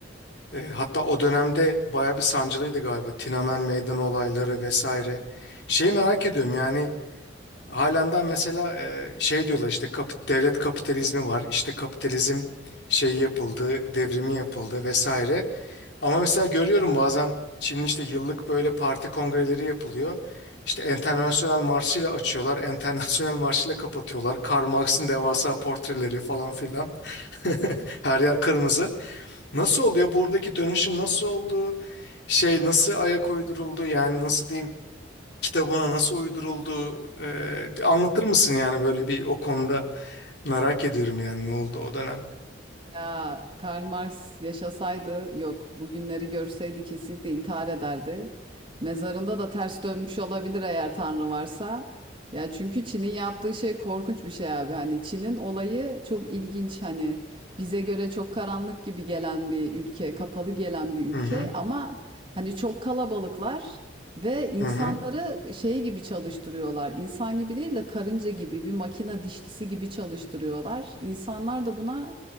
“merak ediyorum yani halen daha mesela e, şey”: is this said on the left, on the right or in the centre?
Left